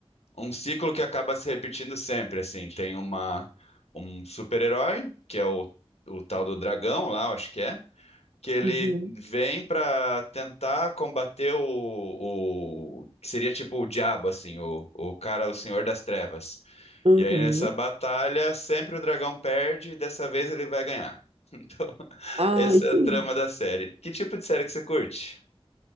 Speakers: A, on the left; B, on the right.
A: um ciclo que acaba se repetindo sempre, assim. Tem uma um super-herói, que é o, o tal do dragão lá, eu acho que é, que ele
B: Uhum,
A: vem pra tentar combater o, o que seria tipo o diabo, assim, o, o cara, o Senhor das Trevas.
B: uhum.
A: E aí nessa batalha, sempre o dragão perde, e dessa vez ele vai ganhar. <laughs> Então,
B: Ah,
A: essa
B: entendi.
A: é a trama da série. Que tipo de série que você curte?